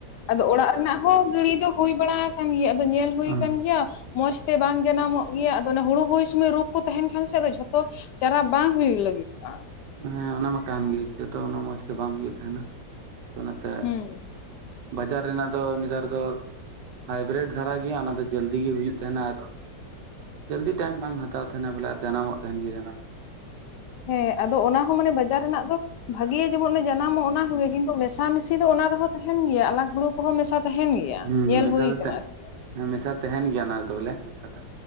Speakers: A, on the left; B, on the right.
A: ᱟᱫᱚ ᱚᱲᱟᱜ ᱨᱮᱱᱟᱜ ᱦᱚᱸ ᱜᱤᱲᱤ ᱫᱚ ᱦᱩᱭ ᱵᱟᱲᱟ ᱠᱟᱱ ᱜᱮᱭᱟ ᱟᱫᱚ ᱧᱮᱞ ᱦᱩᱭ
B: ᱦᱩᱸ
A: ᱠᱟᱱ ᱜᱮᱭᱟ᱾ ᱢᱚᱸᱡᱽᱛᱮ ᱵᱟᱝ ᱡᱟᱱᱟᱢᱚᱜ ᱜᱮᱭᱟ ᱟᱫᱚ ᱚᱱᱟ ᱦᱩᱲᱩ ᱦᱩᱭ ᱥᱩᱢᱚᱭ ᱨᱳᱜᱽ ᱠᱚ ᱛᱟᱦᱮᱱ ᱠᱷᱟᱱ ᱥᱮ ᱟᱫᱚ ᱡᱷᱚᱛᱚ ᱪᱟᱨᱟ ᱵᱟᱝ ᱦᱩᱭᱩᱜ ᱞᱟᱹᱜᱤᱫᱚᱜᱼᱟ᱾
B: ᱦᱮᱸ ᱚᱱᱟ ᱢᱟ ᱠᱟᱱ ᱜᱮ ᱡᱚᱛᱚ ᱩᱱᱟᱹᱜ ᱢᱚᱸᱡᱽᱛᱮ ᱵᱟᱝ ᱦᱩᱭᱩᱜ ᱛᱟᱦᱮᱱᱟ ᱟᱫᱚ ᱚᱱᱟᱛᱮ
A: ᱦᱩᱸ
B: ᱵᱟᱡᱟᱨ ᱨᱮᱱᱟᱜ ᱫᱚ ᱱᱮᱛᱟᱨ ᱫᱚ ᱦᱟᱭᱵᱨᱮᱰ ᱫᱷᱟᱨᱟ ᱜᱮᱭᱟ ᱚᱱᱟ ᱫᱚ ᱡᱟᱞᱫᱤ ᱜᱮ ᱦᱩᱭᱩᱜ ᱛᱟᱦᱮᱱᱟ ᱟᱨ ᱡᱟᱞᱫᱤ ᱴᱟᱭᱤᱢ ᱵᱟᱝ ᱦᱟᱛᱟᱣ ᱛᱟᱦᱮᱱᱟᱭ ᱵᱚᱞᱮ ᱟᱨ ᱡᱟᱱᱟᱢᱚᱜ ᱛᱟᱦᱮᱱ ᱜᱮᱭᱟ ᱡᱟᱱᱟᱢ ᱫᱚ ᱵᱚᱞᱮ ᱚᱱᱟ ᱫᱚ᱾
A: ᱦᱮᱸ ᱟᱫᱚ ᱚᱱᱟ ᱦᱚᱸ ᱢᱟᱱᱮ ᱵᱟᱡᱟᱨ ᱨᱮᱱᱟᱜ ᱫᱚ ᱵᱷᱟᱜᱮᱭᱟ ᱡᱮᱢᱚᱱ ᱚᱱᱮ ᱡᱟᱱᱟᱢᱚᱜ ᱚᱱᱟ ᱠᱚᱜᱮ ᱠᱤᱱᱛᱩ ᱢᱮᱥᱟ ᱢᱤᱥᱤ ᱫᱚ ᱚᱱᱟ ᱨᱮᱦᱚᱸ ᱛᱟᱦᱮᱱ ᱜᱮᱭᱟ ᱟᱞᱟᱜᱽ ᱦᱩᱲᱩ ᱠᱚᱦᱚᱸ ᱢᱮᱥᱟ ᱛᱟᱦᱮᱱ ᱜᱮᱭᱟ
B: ᱦᱩᱸ
A: ᱧᱮᱞ
B: ᱢᱮᱥᱟ
A: ᱦᱩᱭ
B: ᱫᱚ
A: ᱠᱟᱱᱟ ᱟᱨᱠᱤ᱾
B: ᱦᱮᱸ ᱢᱮᱥᱟ ᱛᱟᱦᱮᱱ ᱜᱮᱭᱟ ᱚᱱᱟ ᱨᱮᱫᱚ ᱵᱚᱞᱮ ᱢᱮᱥᱟ ᱫᱚ,